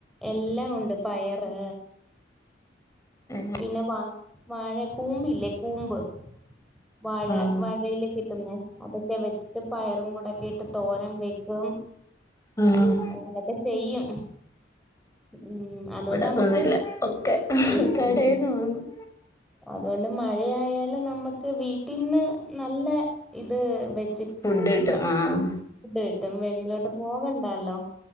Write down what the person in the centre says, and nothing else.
എല്ലാം ഉണ്ട് പയറ്
പിന്നെ വാ വാഴ കൂമ്പില്ലേ കൂമ്പ്. വാഴ
വാഴേല് കിട്ട്ന്നേ അതൊക്കെ വെച്ചിട്ട് പയറും കൂടെയെക്കെയിട്ട് തോരം വെക്കും.
അങ്ങനെക്കെചെയ്യും ഉം അത്കൊണ്ട്
അമ്മക്ക്
ഇല്ലില്ല്യ
അതുകൊണ്ട് മഴയായാലും നമ്മക്ക് വീട്ടിന്ന് നല്ല ഇത് വെച്
കിട്ടും വെളിയിലോട്ട് പോകണ്ടല്ലോ